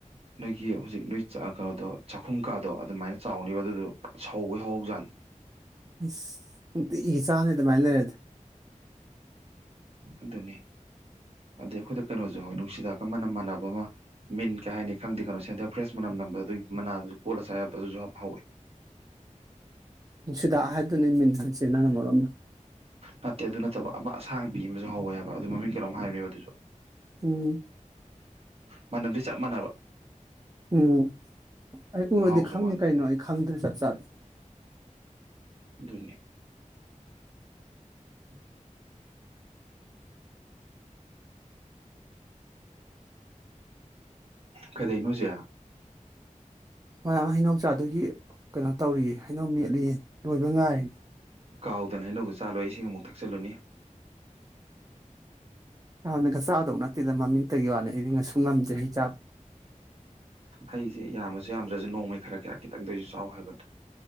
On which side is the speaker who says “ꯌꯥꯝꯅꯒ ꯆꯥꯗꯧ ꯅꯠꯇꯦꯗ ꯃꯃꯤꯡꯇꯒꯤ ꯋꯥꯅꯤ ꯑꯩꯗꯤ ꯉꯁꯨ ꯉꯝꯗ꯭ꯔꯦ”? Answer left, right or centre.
Right